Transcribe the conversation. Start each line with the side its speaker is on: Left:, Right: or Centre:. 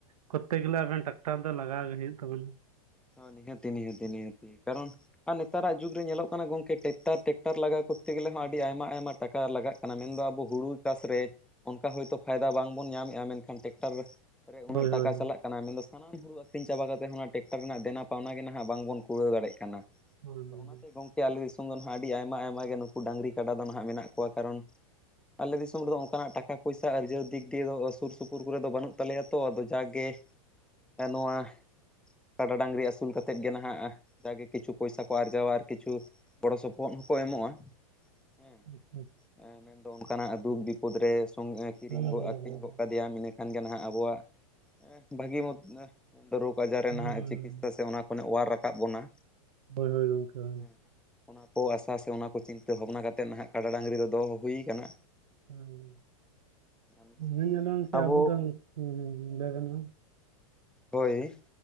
Right: ᱠᱚᱨᱛᱮ ᱜᱮᱞᱮ ᱟᱵᱮᱱ ᱴᱟᱠᱴᱟᱨ ᱫᱚ ᱞᱟᱜᱟᱣ ᱜᱮ ᱦᱩᱭᱩᱜ ᱛᱟᱵᱮᱱᱟ᱾
Centre: ᱚ ᱱᱤᱦᱟᱹᱛᱤ ᱱᱤᱦᱟᱹᱛᱤ ᱱᱤᱦᱟᱹᱛᱤ ᱠᱟᱨᱚᱱ ᱟᱨ ᱱᱮᱛᱟᱨᱟᱜ ᱡᱩᱜᱽ ᱨᱮ ᱧᱮᱞᱚᱜ ᱠᱟᱱᱟ ᱜᱚᱝᱠᱮ ᱴᱮᱠᱴᱟᱨ ᱴᱮᱠᱴᱟᱨ ᱞᱟᱜᱟᱣ ᱠᱚᱨᱛᱮ ᱜᱮᱞᱮ ᱦᱚᱸ ᱟᱹᱰᱤ ᱟᱭᱢᱟ ᱟᱭᱢᱟ ᱴᱮᱠ ᱠᱟ ᱞᱟᱜᱟᱜ ᱠᱟᱱᱟ ᱢᱮᱱ ᱫᱚ ᱟᱵᱚ ᱦᱩᱲᱩ ᱪᱟᱥ ᱨᱮ ᱚᱱᱠᱟ ᱦᱳᱭᱛᱳ ᱯᱷᱟᱭᱫᱟ ᱵᱟᱝᱵᱚᱱ ᱧᱟᱢᱮᱜᱼᱟ ᱢᱮᱱᱠᱷᱟᱱ ᱴᱮᱠᱴᱟᱨ ᱨᱮ ᱠᱚᱨᱮ ᱩᱱᱟᱹᱜ
Right: ᱦᱳᱭ ᱦᱳᱭ
Centre: ᱴᱟᱠᱟ
Right: ᱦᱳᱭ
Centre: ᱪᱟᱞᱟᱜ ᱠᱟᱱᱟ ᱢᱮᱱ ᱫᱚ ᱥᱟᱱᱟᱢ ᱦᱩᱲᱩ ᱟᱹᱠᱷᱨᱤᱧ ᱪᱟᱵᱟ ᱠᱟᱛᱮᱜ ᱦᱚᱸ ᱚᱱᱟ ᱴᱮᱠᱴᱟᱨ ᱨᱮᱱᱟᱜ ᱫᱮᱱᱟ ᱯᱟᱣᱱᱟ ᱜᱮ ᱱᱟᱦᱟᱜ ᱵᱟᱝ ᱵᱚᱱ ᱠᱩᱲᱟᱹᱣ ᱫᱟᱲᱮ ᱠᱟᱱᱟ᱾
Right: ᱦᱳᱭ ᱦᱳᱭ
Centre: ᱫᱟ ᱚᱱᱟ ᱛᱮ ᱜᱚᱝᱠᱮ ᱟᱞᱤ ᱥᱚᱢ ᱫᱚ ᱱᱟᱦᱟᱜ ᱟᱹᱰᱤ ᱟᱭᱢᱟ ᱟᱭᱢᱟ ᱜᱮ ᱱᱩᱠᱩ ᱰᱟᱹᱝᱨᱤ ᱠᱟᱰᱟ ᱫᱚ ᱱᱟᱦᱟᱜ ᱢᱮᱱᱟᱜ ᱠᱚᱣᱟ ᱠᱟᱨᱚᱱ ᱟᱞᱮ ᱫᱤᱥᱚᱢ ᱨᱮᱫᱚ ᱚᱝᱠᱟᱱᱟᱜ ᱴᱟᱠᱟ ᱯᱚᱭᱥᱟ ᱟᱹᱨᱡᱟᱹᱣ ᱫᱤᱠ ᱫᱤᱭᱮ ᱫᱚ ᱟᱥᱩᱨ ᱥᱩᱯᱩᱨ ᱠᱚᱨᱮ ᱫᱚ ᱵᱟᱹᱱᱩᱜ ᱛᱟᱞᱮᱭᱟ᱾ ᱛᱚ ᱟᱫᱚ ᱡᱟᱜᱮ ᱟ ᱱᱚᱣᱟ ᱠᱟᱰᱟ ᱰᱟᱹᱝᱨᱤ ᱟᱹᱥᱩᱞ ᱠᱟᱛᱮᱫ ᱜᱮ ᱱᱟᱦᱟᱜ ᱡᱟᱜᱮ ᱠᱤᱪᱷᱩ ᱯᱚᱭᱥᱟ ᱠᱚ ᱟᱨᱡᱟᱣᱟ ᱟᱨ ᱠᱤᱪᱷᱩ ᱜᱚᱲᱚ ᱥᱚᱯᱚᱦᱚᱫ ᱦᱚᱸᱠᱚ ᱮᱢᱚᱜᱼᱟ᱾ ᱦᱮᱸ
Right: ᱦᱳᱭ
Centre: ᱮᱸ ᱢᱮᱱᱫᱚ ᱚᱝᱠᱟᱱᱟᱜ ᱫᱩᱠ ᱵᱤᱯᱚᱫ ᱨᱮ ᱥᱚᱝᱜ ᱠᱤᱨᱤᱧ
Right: ᱦᱳᱭ
Centre: ᱜᱚᱜ
Right: ᱦᱳᱭ
Centre: ᱟᱹᱠᱷᱨᱤᱧ
Right: ᱦᱳᱭ
Centre: ᱜᱚᱫ ᱠᱟᱫ ᱫᱤᱭᱟᱢ ᱤᱱᱟᱹᱠᱷᱟᱱ ᱜᱮ ᱱᱟᱦᱟᱜ ᱟᱵᱚᱣᱟᱜ ᱵᱷᱟᱹᱜᱤ ᱦᱚ ᱨᱳᱜᱽ ᱟᱡᱟᱨ ᱨᱮ
Right: ᱦᱩᱸ
Centre: ᱱᱟᱦᱟᱜ ᱪᱤᱠᱤᱥ ᱦᱳᱭ ᱥᱮ ᱚᱱᱟ ᱠᱷᱚᱱᱟᱜ ᱚᱣᱟᱨ ᱨᱟᱠᱟᱵ ᱵᱚᱱᱟ᱾
Right: ᱦᱳᱭ ᱦᱳᱭ ᱜᱚᱝᱠᱮ ᱦᱳᱭ
Centre: ᱦᱮᱸ ᱚᱱᱟ ᱠᱚ ᱟᱥᱟ ᱥᱮ ᱚᱱᱟ ᱠᱚ ᱪᱤᱱᱛᱟᱹ ᱵᱷᱟᱵᱱᱟ ᱠᱟᱛᱮᱜ ᱱᱟᱦᱟᱜ ᱠᱟᱰᱟ ᱰᱟᱹᱝᱨᱤ ᱫᱚ ᱫᱚᱦᱚ ᱦᱩᱭ ᱠᱟᱱᱟ᱾
Right: ᱦᱩᱸ
Centre: ᱱᱤᱦᱟᱹᱛᱤ
Right: <unintelligible>
Centre: ᱟᱵᱚ ᱦᱳᱭ